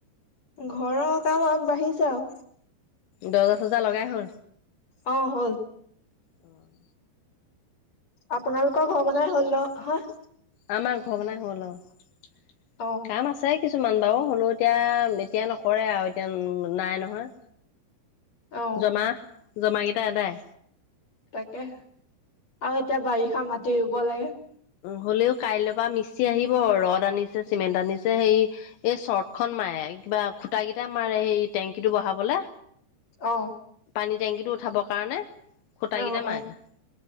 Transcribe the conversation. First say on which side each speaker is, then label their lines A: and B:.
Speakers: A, on the left; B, on the left.
A: ঘৰৰ কাম আগবাঢ়িছে আও।
B: দহজাছজা লগাই হ'ল।
A: অঁ হ'ল।
B: অঁ!
A: আপোনালোকৰ ঘৰ বনাই হ'ল ন-হয়?
B: আমাৰ ঘৰ বনাই হ'ল অ',
A: অ
B: কাম আছে কিছুমান বাৰু, হ'লেও এতিয়া-এতিয়া নকৰে আৰু এতিয়া নাই নহয়।
A: অ
B: জমা, জমাকেইটা আদায়।
A: তাকেহে, আৰু এতিয়া বাৰিষা মাটি ৰুব লাগে।
B: হ'লেও কাইলৈ পৰা মিস্ত্ৰী আহিব, ৰদ আনিছে, চিমেণ্ট আনিছে, হেৰি এই চৰ্টখন মাৰে, কিবা খুটা কেইটা মাৰে, সেই টেংকীটো বহাবলে।
A: অ'।
B: পানী টেংকিটো উঠাবৰ কাৰণে, খুটা
A: অ অ
B: কেইটা মাৰে।